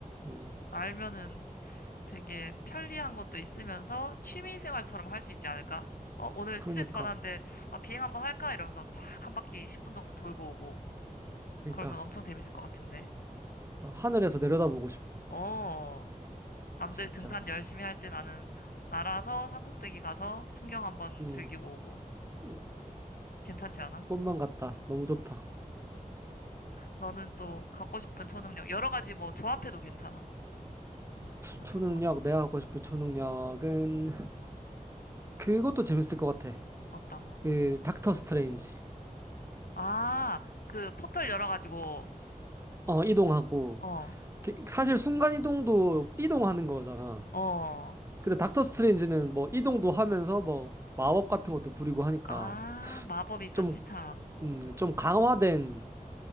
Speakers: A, on the right; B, on the left.
A: 음.
B: 알면은 되게 편리한 것도 있으면서 취미 생활처럼 할 수 있지 않을까? 어, 오늘
A: 그러니까.
B: 스트레스 받았는데, 아, 비행 한번 할까? 이러면서 탁 한 바퀴 10분 정도 돌고 오고.
A: 그러니까
B: 그러면 엄청 재밌을 것 같은데.
A: 자, 하늘에서 내려다보고 싶어.
B: 어, 남들
A: 진짜.
B: 등산 열심히 할 때 나는 날아서 산꼭대기 가서 풍경 한번
A: 음.
B: 즐기고 오고.
A: 음.
B: 괜찮지 않아?
A: 꿈만 같다. 너무 좋다.
B: 너는 또 갖고 싶은 초능력, 여러 가지 뭐 조합해도 괜찮아. 뭐 있으면
A: 초능력,
B: 좋을 것 같아.
A: 내가 갖고 싶은 초능력은 그것도 재밌을 것 같아.
B: 어떤가?
A: 그 닥터 스트레인지.
B: 아, 그 포털 열어가지고,
A: 어, 이동하고
B: 어,
A: 그- 사실 순간 이동도 이동하는 거잖아.
B: 어.
A: 근데 닥터 스트레인지는 뭐 이동도 하면서 뭐 마법 같은 것도 부리고 하니까
B: 아, 마법이 있었지,
A: 좀,
B: 참.
A: 음, 좀 강화된